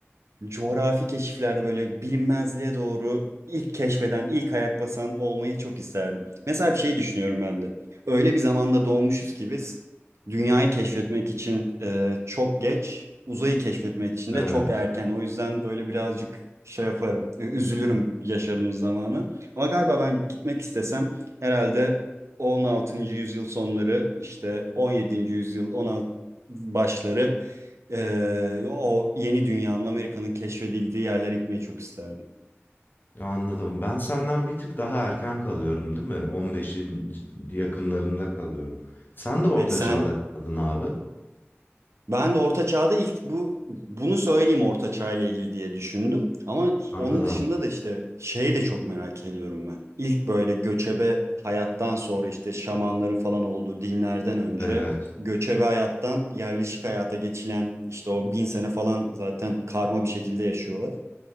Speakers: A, on the right (about 80°); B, on the left (about 45°).
A: coğrafi keşiflerde böyle bilinmezliğe doğru ilk keşfeden, ilk ayak basan olmayı çok isterdim. Mesela bir şey düşünüyorum ben de. Öyle bir zamanda doğmuşuz ki biz dünyayı keşfetmek için e, çok geç, uzayı keşfetmek için
B: Evet.
A: de çok erken. O yüzden böyle birazcık şey yaparım, ü- üzülürüm yaşadığımız zamanı. Ama galiba ben gitmek istesem herhalde 16. yüzyıl sonları işte 17. yüzyıl 16 başları ee, o yeni dünyanın Amerika'nın keşfedildiği yerlere gitmeyi çok isterdim.
B: Anladım. Ben senden bir tık daha erken kalıyorum, değil mi? 15'in yakınlarında kalıyorum. Sen de orta
A: Evet sen
B: çağda kaldın abi.
A: ben de Orta Çağ'da ilk bu bunu söyleyeyim Orta Çağ ile ilgili diye düşündüm. Ama
B: Anladım.
A: onun dışında da işte şeyi de çok merak ediyorum ben. İlk böyle göçebe hayattan sonra işte şamanların falan olduğu dinlerden önce
B: Evet.
A: göçebe hayattan yerleşik hayata geçilen işte o bin sene falan zaten karma bir şekilde yaşıyorlar.